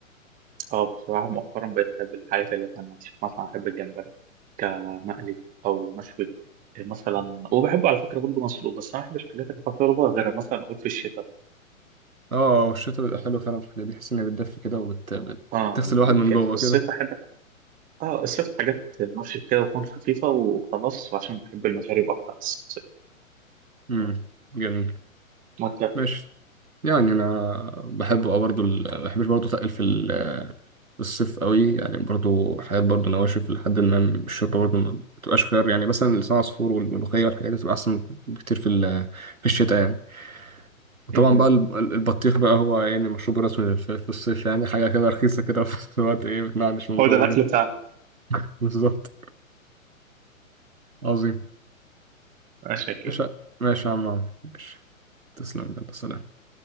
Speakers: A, on the right; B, on the right.
A: اه بصراحة مؤخرا بقيت أحب الحاجات اللي فيها نواشف مثلا أحب الجمبري كمقلي أو مشوي مثلا وبحبه على فكرة برضه مسلوق بس أنا ما بحبش الحاجات اللي فيها شوربة غير مثلا أقول في الشتاء
B: اه الشتا بيبقى حلو فعلا في الحاجات دي بحس انها بتدفي كده وبتغسل
A: اه
B: الواحد
A: يمكن
B: من جوه
A: في الصيف
B: كده
A: أحب اه الصيف حاجات نواشف كده وتكون خفيفة وخلاص وعشان بحب المشاريب أكتر في الصيف
B: امم جميل
A: وأنت
B: ماشي يعني انا بحب اه برضه ال... بحبش برضه اتقل في ال... في الصيف قوي يعني برضه حاجات برضه نواشف لحد ما الشوربه برضه ما بتبقاش خيار يعني مثلا لسان عصفور والملوخيه والحاجات دي بتبقى احسن بكتير في ال... في الشتاء يعني وطبعا
A: مهم.
B: بقى الب- البطيخ بقى هو يعني مشروب رسمي في في الصيف يعني حاجه كده رخيصه كده <laughs> في نفس الوقت ايه بتنعنش من
A: هو
B: جوه
A: ده الأكل
B: كده
A: بتاعنا
B: بالظبط عظيم
A: ماشي كده
B: ماشي ماشي يا عم عمرو. ماشي تسلم يلا سلام